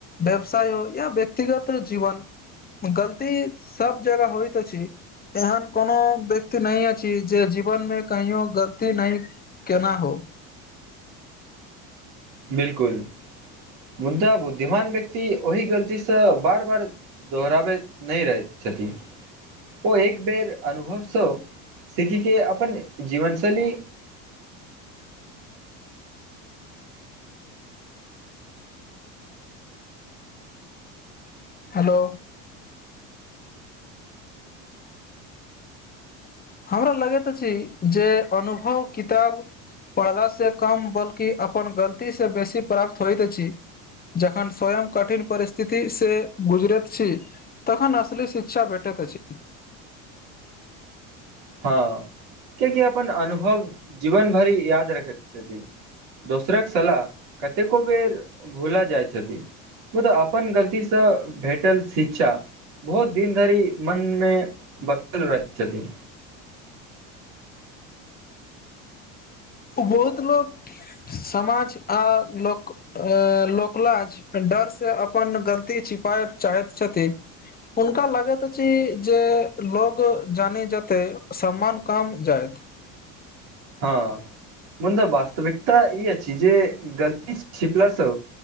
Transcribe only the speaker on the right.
बिलकुल मुदा बुद्धिमान व्यक्ति ओहि गलतीसँ बार बार दोहराबै नहि रहै छथिन ओ एक बेर अनुभवसँ सीखिके अपन जीवन शैली
हँ कियकि अपन अनुभव जीवन भरि याद रखैत छथिन दोसरक सलाह कतेको बेर भुला जाइत छथि खुद अपन गलतीसँ भेटल शिक्षा बहुत दिन धरि मन मे बसल रहैत छथिनी
हँ मुदा वास्तविकता ई अछि जे गलती छिपला स